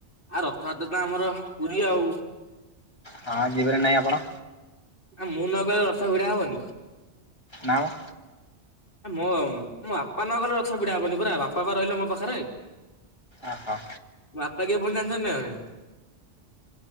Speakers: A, on the left; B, on the left.
A: ଆ ରଥଯାତ୍ରା ତ ଆମର ପୁରୀ ଆଉ।
B: ହଁ ଯିବେ ନାଁ ନାହିଁ ଆପଣ?
A: ଆଁ ମୁଁ ନ ଗଲେ ରଥ ଭିଡା ହବନି।
B: ନାଁ ମ।
A: ମୋ ମୋ ବାପା ନ ଗଲେ ରଥ ଭିଡା ହବନି ପରା ବାପା ବା ରହିଲେ ମୋ ପାଖେରେ।
B: ଅ ହୋ।
A: ବାପା କିଏ ପୁଣି ଜାଣିଛନ୍ତି ନା ନାଇ।